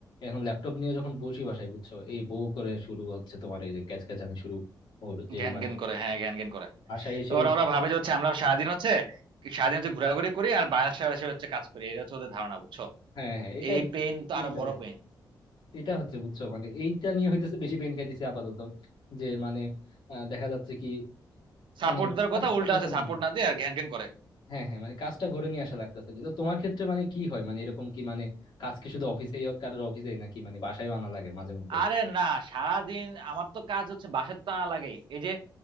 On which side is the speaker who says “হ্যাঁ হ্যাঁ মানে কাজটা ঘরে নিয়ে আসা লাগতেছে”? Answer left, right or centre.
Left